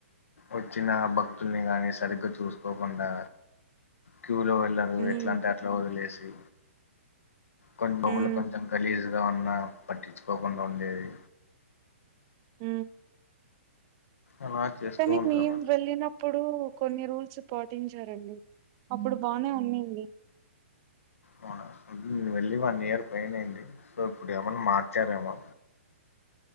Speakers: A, on the left (about 85°); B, on the right (about 30°).
A: వచ్చిన భక్తుల్ని గానీ సరిగ్గా చూసుకోకుండా క్యూ లో వెళ్లరు
B: హ్మ్.
A: ఎట్లా అంటే అట్లా వదిలేసి కొన్నీ రూములు
B: హ్మ్.
A: కొంచెం గలీజు ఉన్నా పట్టించుకోకుండా ఉండేది
B: ఉ
A: అలా చేస్తూ
B: కానీ
A: ఉంటారు
B: మేం వెళ్ళినప్పుడు కొన్ని రూల్ రూల్స్ పాటించారండి అప్పుడు బానే ఉన్నింది
A: అవునా అంటే నేను వెళ్ళి వన్ ఇయర్ పైన అయింది సో ఇప్పుడు ఏమైన్నా మార్చారేమో